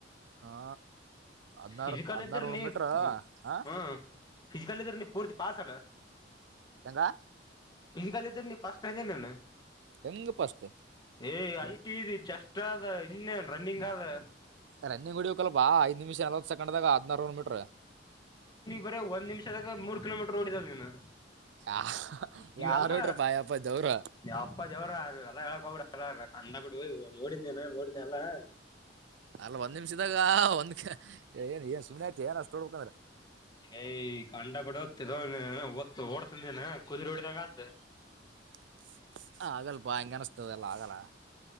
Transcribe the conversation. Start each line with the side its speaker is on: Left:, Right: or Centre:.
Right: ಹಾ ಹದ್ನಾರು
Left: ಿಜಿಕಲ್
Right: ಹದ್ನಾರೂರು
Left: ಇ್ದ್ರ ನೀ
Right: ಮೀಟ್ರ ಹಾ
Left: ಹ ಿಜಿಕಲಲಿ ನೀ ಪೂರ್ತಿ ಪಾಸ ಅಲ್ಲ
Right: ಎಂಗಂಗ
Left: ಕ ಇದ್ದ ನೀ ಪಾಸ್ಟ್ಟನೆನೆ
Right: ಎಂಗ ಪಷ್ಟ
Left: ಏ್ ಐ ಟಿ ಇ ಚೆಸ್ಟ್ ಆದ ಇನ್ನೇನ್ ರನ್ನಿಂಗ್ ಆದ
Right: ರನ್ನಿಂಗ್ ಹೊಡವಕ್ಲ್ಪಾಐದ್ ನಿಮಿಷ ಎಲ್ವತ್ತು ಸೆಕಂಡ್ದಾಗ ಹದ್ನಾರುರು ಮೀಟ್ರ
Left: ಬರ ಒಂದ್ ನಿಮಿಷದಾಗ ಮೂರು ಕಿಲೋಮೀಟರ್ ೋಡಿದ ನೀನು
Right: ಯಾ
Left: ಇವೆಲ್ಲ
Right: ಯಾರು ಬಿಟ್ರಪ್ಪ ಯಪ್ಪ ದೇವ್ರು
Left: ಅಪ್ಪ ಜವರಲ್ಲ ಹೇಳಕ ಹಬಡ ಅ ಅಂದ ಬಿಡು ನೋಡಿದೇ ನೋಡಿದಿ ಅಲ್ಲಾ
Right: ಅಲ್ಲ ಒಂದ್ ನಿಮಿಷದಾಗ ಒಂದ್ ಏನ್ ಏನ್ ಸುಮ್ಮನೆ ಆಐತಿ ಏನ್ ಅಷ್ಟ ಹೊೋಡ್ಬೇಕಂದ್ರೆ
Left: ಏಯ್ ಕಂಡ ಬಿಡ ತಿದ ಒತ್ತು ಓಡ್ತಂದನ ಕುದು್ರ ಹೊಡಿದಂಗ ಅ್ದ
Right: ಹ ಆಗಲ್ಪಾ ಹೆಂಗಗೆ ಅನಸ್ತದೆಲ್ಲ ಆಗಲ್ಲ